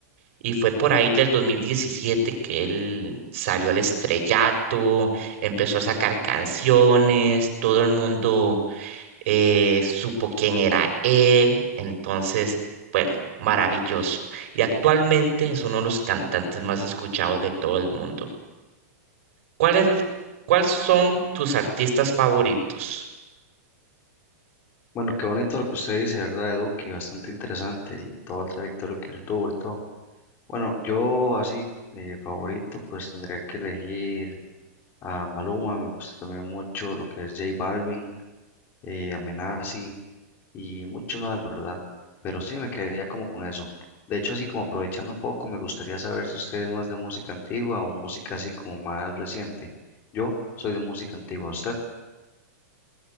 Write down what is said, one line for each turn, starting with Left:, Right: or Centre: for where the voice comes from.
Right: y fue por ahí del 2017 que él salió al estrellato, empezó a sacar canciones, todo el mundo eh, supo quién era él, entonces, bueno, maravilloso. Y actualmente es uno de los cantantes más escuchados de todo el mundo. ¿Cuál es- el- cuál son tus artistas favoritos?
Left: Bueno, qué bonito lo que usted dice, ¿verdad, Edu, que Bastante interesante y todo el trayectorio que él tuvo y todo. Bueno, yo así eh, favorito, pues tendría que elegir a Maluma, me gusta también mucho lo que es J Balvin, eh, Amenazi y muchos más, ¿verdad? Pero sí, me quedaría como con eso. De hecho, así como aprovechando un poco, me gustaría saber si usted es más de música antigua o música así como más reciente. Yo soy de música antigua, ¿usted?